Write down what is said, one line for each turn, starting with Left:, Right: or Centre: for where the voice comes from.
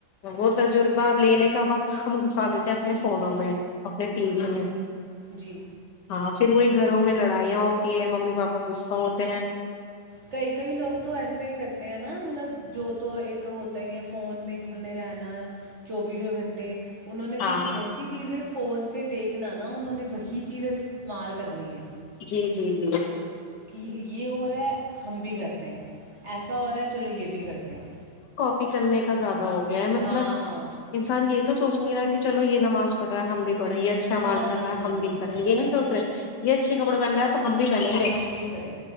Left: وہ تجربہ لینے کا وقت ہم گھسا دیتے اپنے فونوں میں اپنے ٹی وی میں
Right: جی
Left: ہاں پھر وہی گھروں میں لڑائیاں ہوتی ہیں ممی پاپا غصہ ہوتے ہیں
Right: کئی کئی لوگ تو ایسے ہی کرتے ہیں نا مطلب جو تو ایک ہوتا ہی ہے فون میں جنہوں نے رہنا چوبیسوں گھنٹے انہوں نے
Left: ہاں
Right: پھر جیسی چیزیں فون دیکھنا نا انہوں نے وہی چیزیں استعمال کرنی ہے
Left: جی جی جی
Right: کہ یہ ہو رہا ہے ہم بھی کرتے ہیں ایسا ہو رہا ہے چلو یہ بھی کرتے ہیں
Left: بھی کرنے کا زیادہ ہو گیا ہے مطلب
Right: ہاں
Left: انسان یہ تو سوچ نہیں رہا ہے کہ چلو یہ نماز پڑ رہا ہے ہم بھی پڑ یہ اچھا
Right: نہ
Left: مال کر
Right: نہ
Left: رہا ہے
Right: نہ
Left: ہم
Right: نہ
Left: بھی کرے یہ نہیں سوچ رہے یہ اچھے کپڑے پہن رہا ہے تو ہم بھی پہنیں گے
Right: ہم بھی بڑھے